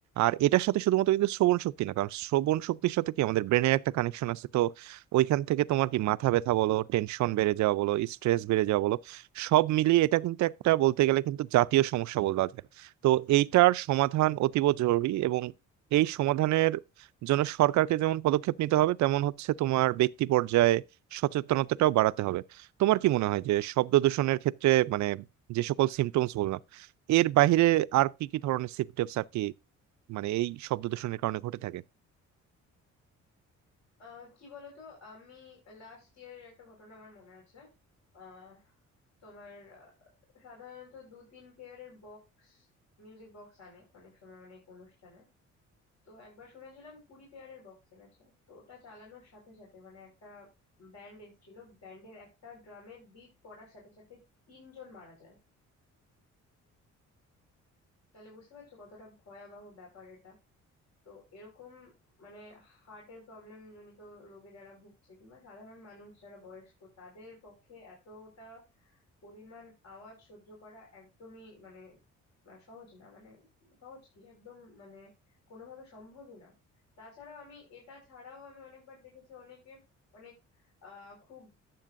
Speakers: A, on the right (about 70°); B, on the left (about 60°).
A: আর এটার সাথে শুধুমাত্র কিন্তু শ্রবণ শক্তি না কারণ শ্রবণ শক্তির সাথে কি আমাদের ব্রেনের একটা কানেকশন আছে তো ওইখান থেকে তোমার কি মাথা ব্যথা বলো টেনশন বেড়ে যাওয়া বলো স্ট্রেস বেড়ে যাওয়া বলো সব মিলিয়ে এটা কিন্তু একটা বলতে গেলে কিন্তু জাতীয় সমস্যা বলা যায় তো এইটার সমাধান অতীব জরুরি এবং এই সমাধানের জন্য সরকারকে যেমন পদক্ষেপ নিতে হবে তেমন হচ্ছে তোমার ব্যক্তি পর্যায়ে সচেতনতাটাও বাড়াতে হবে তোমার কি মনে হয় যে শব্দ দূষণের ক্ষেত্রে মানে যে সকল সিমটমস বললাম এর বাইরে আর কি কি ধরনের সিমটমস আর কি মানে এই শব্দ দূষণের কারণে ঘটে থাকে
B: আহ কি বলতো আমি লাস্ট ইয়ারের একটা ঘটনা আমার মনে আছে আহ তোমার আহ, সাধারণত দু তিন পেয়ারের বক্স মিউজিক বক্স আনে অনেক সময় অনেক অনুষ্ঠানে তো একবার শুনেছিলাম কুড়ি পেয়ারের বক্স এনেছে তো ওটা চালানোর সাথে সাথে মানে একটা ব্যান্ড এসেছিল ব্যান্ডের একটা ড্রামের বিট পড়ার সাথে সাথে তিনজন মারা যায় তাহলে বুঝতে পারছো কতটা ভয়াবহ ব্যাপার এটা তো এরকম মানে হার্টের প্রবলেম জনিত রোগে যারা ভুগছে কিংবা সাধারণ মানুষ যারা বয়স্ক তাদের পক্ষে এতটা পরিমাণ আওয়াজ সহ্য করা একদমই মানে আহ, সহজ না মানে সহজ কি একদম মানে কোনোভাবে সম্ভবই না তাছাড়াও আমি এটা ছাড়াও আমি অনেকবার দেখেছি অনেকে অনেক আহ খুব